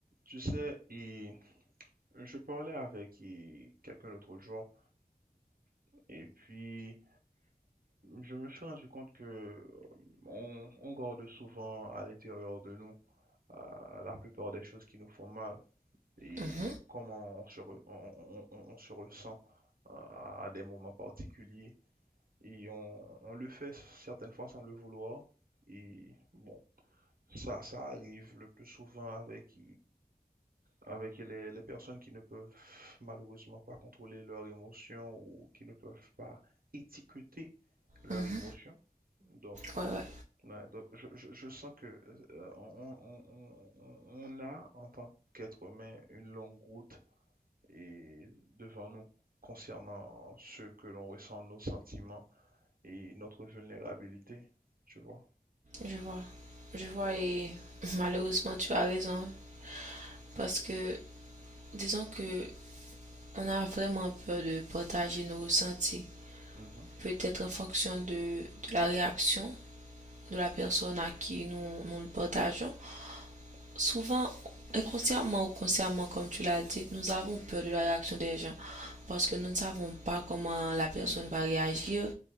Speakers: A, on the right; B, on the right.
A: Tu sais, et je parlais avec et, quelqu'un l'autre jour, et puis je me suis rendu compte que on, on garde souvent à l'intérieur de nous euh, la plupart des choses qui nous font mal et
B: Mhm,
A: comment on se, re- on, on- on- on se ressent euh, à des moments particuliers. Et on, on le fait certaines fois sans le vouloir. Et bon, ça, ça arrive le plus souvent avec avec les, les personnes qui ne peuvent malheureusement pas contrôler leurs émotions ou qui ne peuvent pas étiqueter leurs
B: mhm.
A: émotions. Donc,
B: Ouais, ouais,
A: ouais, donc je, je- je sens que euh, on, on- on- on- on a en tant qu'être humain une longue route et devant nous concernant ce que l'on ressent, nos sentiments et notre vulnérabilité, tu vois.
B: je vois. Je vois et malheureusement tu as raison. hein, Parce que disons que on a vraiment peur de partager nos ressentis.
A: Mhm,
B: Peut-être en fonction de, de la réaction de la personne à qui nous, nous le partageons. Souvent, inconsciemment ou consciemment, comme tu l'as dit, nous avons peur de la réaction des gens. Parce que nous ne savons pas comment la personne va réagir.